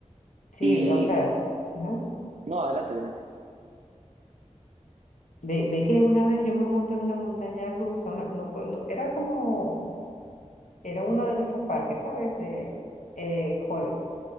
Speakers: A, on the left (about 80°); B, on the right (about 65°).
A: sí,
B: Y
A: o sea, ajá.
B: no, adelante, adelante,
A: Ve, ve que una vez yo me monté en una montaña rusa, una- no- no- era como, era uno de esos parques, ¿sabes? De eh, Hulk.